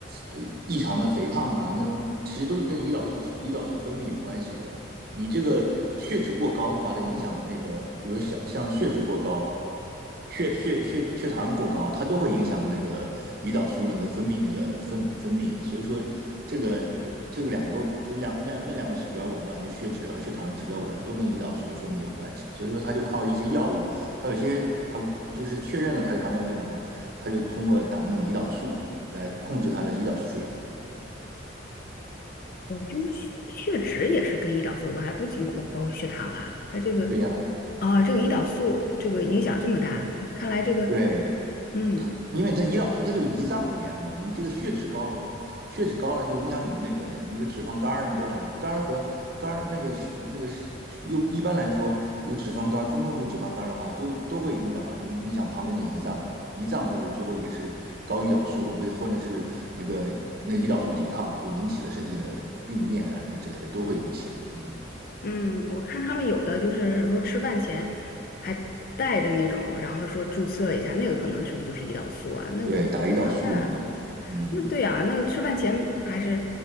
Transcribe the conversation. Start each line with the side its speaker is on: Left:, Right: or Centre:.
Right: 呃异常的肥胖啊，那种其实都是跟胰岛素胰岛素分泌有关系的。你这个血脂过高的话，它影响那个，比如像像血脂过高、血血血血糖过高，它都会影响那个胰岛素那个分泌那个分分泌。所以说，这个这个两个就两那那两个指标紊乱，就血脂和血糖指标紊乱，都跟胰岛素的分泌有关系。所以说，它就靠一些药物，它有些它就是确认了它是糖尿病的话，它就通过打那种胰岛素来控制它的胰岛素水平嘛。
Left: 嗯，就是血血脂也是跟胰岛素有关，还不仅光包括血糖啊，它这个
Right: 对呀，
Left: 啊，这个胰岛素这个影响这么大呢？看来这个，
Right: 对，
Left: 嗯
Right: 因为它胰岛素它就胰脏里边的嘛，你这个血脂高了，血脂高了就影响你的那个，你说脂肪肝儿什么都来了，肝儿和肝儿那个血那个又一般来说有脂肪肝儿，中重度脂肪肝儿的话，就都会引导影影响旁边的胰脏嘛，胰脏就是最后也是高胰岛素会被或者是那个那胰岛素抵抗就引起了身体的病变啊什么之类的都会引起，嗯，
Left: 嗯，我看他们有的就是说吃饭前还带着那种，然后说注射一下，那个可能是不是就是胰岛素啊？那个好麻烦啊。
Right: 对，打胰岛素呢，嗯。
Left: 那对呀、那吃饭前还是，